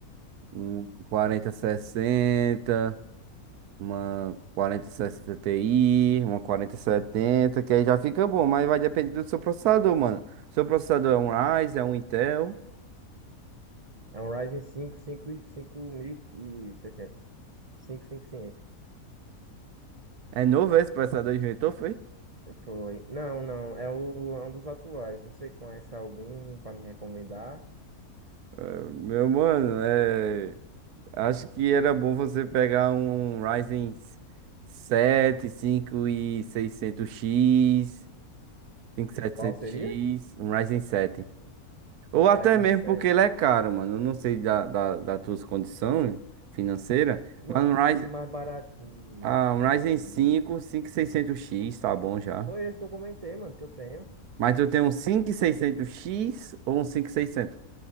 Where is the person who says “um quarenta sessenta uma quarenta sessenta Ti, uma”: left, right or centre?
Right